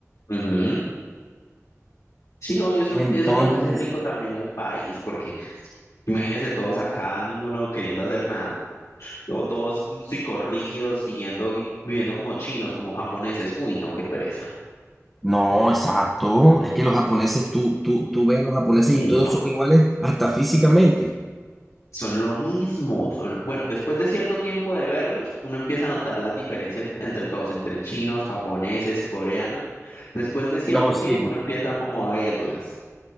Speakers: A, on the left; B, in the centre.
A: ujú. Sí, no, y eso,
B: Entonces,
A: eso es lo que hace rico también al país, porque imagínense todos acá, ninguno queriendo hacer nada, o todos psicorrígidos, siguiendo y viviendo como chinos, como japoneses. Uy, no, qué pereza.
B: no, exacto. Es que los japoneses, tú, tú, tú ves a los japoneses
A: Uy,
B: y todos
A: no.
B: son iguales hasta físicamente.
A: Son lo mismo. son- Bueno, después de cierto tiempo de verlos, uno empieza a notar las diferencias en- entre todos, entre chinos, japoneses, coreanos. Después de cierto
B: No, sí.
A: tiempo, uno empieza como a verlas,